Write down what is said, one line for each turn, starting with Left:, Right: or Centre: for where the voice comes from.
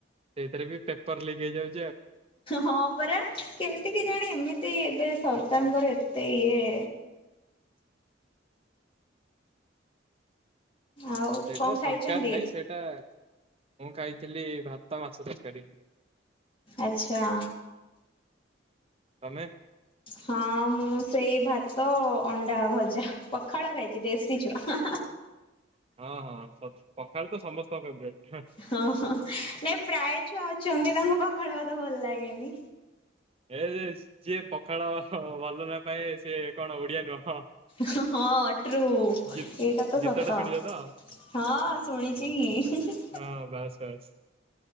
Right: ସେଇଥିରେ ବି ପେପର ଲିକ ହେଇଯାଉଚି।
Left: ହଁ ପରା କେମିତି କିଜାଣି ଏମିତି? ତି ଏବେ ସରକାରଙ୍କର ଏତେ ଇଏ ଆଉ
Right: ସେଇଟା
Left: କଣ ଖାଇଛନ୍ତି?
Right: ସରକାର ନାଇଁ, ସେଇଟା ମୁଁ ଖାଇଥିଲି ଭାତ, ମାଛ ତରକାରୀ।
Left: ଆଚ୍ଛା।
Right: ତମେ?
Left: ହଁ ମୁଁ ସେଇ ଭାତ ଅଣ୍ଡାଭଜା ପଖାଳ ଖାଇଛି ଦେଶୀ ଛୁଆ।
Right: ହଁ ହଁ ପଖାଳତ ସମସ୍ତଙ୍କ ଫେବରାଇଟ।
Left: ହଁ ହଁ ନାଇଁ ପ୍ରାୟ ଛୁଆ ଅଛନ୍ତି ତାଙ୍କୁ ପଖାଳଭାତ ଭଲ ଲାଗେନି।
Right: ଏ ଯେ ଯିଏ ପଖାଳ ଭଲ ନ ପାଏ ସେ କଣ ଓଡିଆ ନୁହଁ।
Left: ହଁଅ ଟ୍ରୁ
Right: ଗୀ
Left: ଏଇଟା
Right: ଗୀତଟା
Left: ତ ସତ।
Right: ଶୁଣିଛ ତ
Left: ହଁ ଶୁଣିଛି ହିଁ ହିଁ।
Right: ହଁ ବାସ୍ ବାସ୍।